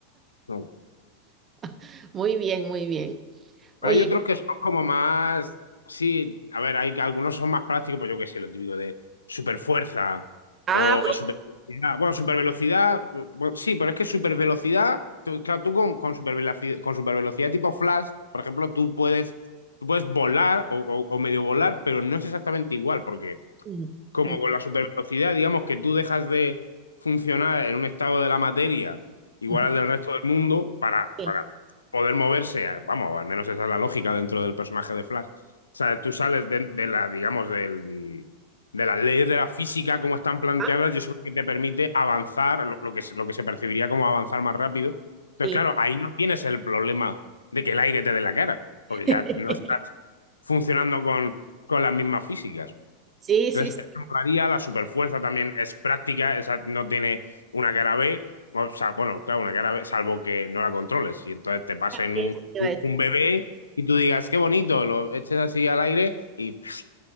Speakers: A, on the left; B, on the right.
A: no,
B: <laughs> Muy bien, muy bien. Oye,
A: Pero hay otros que son como más. Sí, a ver, hay algunos son más prácticos, pues yo qué sé, lo típico de super fuerza
B: ah,
A: o super velocidad. Bueno, super velocidad, sí, pero es que super velocidad, claro, tú con, con super velocidad, con supervelocidad tipo Flash, por ejemplo, tú puedes, tú puedes volar o, o- o medio volar, pero no es exactamente igual, porque
B: bueno.
A: como
B: mm, mm,
A: con la supervelocidad, digamos que tú dejas de funcionar en un estado de la materia igual
B: ujú,
A: al del resto del mundo para,
B: Sí,
A: para poder moverse, a- vamos, al menos esa es la lógica dentro del personaje de Flash. O sea, tú sales de, de la, digamos, del, de las leyes de la física como están planteadas
B: ah,
A: y eso es lo que te permite avanzar, lo, lo que, se- lo que se percibiría como avanzar más rápido. Entonces,
B: sí.
A: claro, ahí no tienes el problema de que el aire te dé la cara, porque
B: <laughs>
A: ya no estás funcionando con, con las mismas físicas.
B: Sí, sí,
A: Entonces,
B: sí,
A: ejemplaría, la superfuerza también es práctica, esa no tiene una cara B, o sea, bueno, claro, una cara B, salvo que no la controles. Y entonces te pasen
B: eso
A: un,
B: te
A: un-
B: iba a
A: un bebé y tú digas, qué bonito, lo eches así al aire y pf,